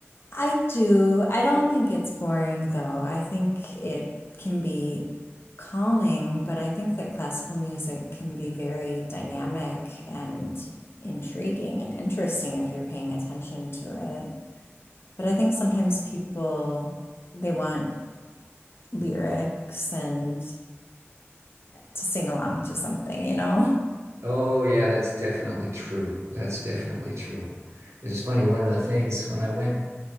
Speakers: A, on the left; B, on the right.
A: I do. I don't think it's boring though. I think it can be calming, but I think that classical music can be very dynamic and intriguing and interesting if you're paying attention to it. But I think sometimes people they want lyrics and to sing along to something, you know? <laughs>
B: Oh yeah, that's definitely true. That's definitely true. It's funny, one of the things when I went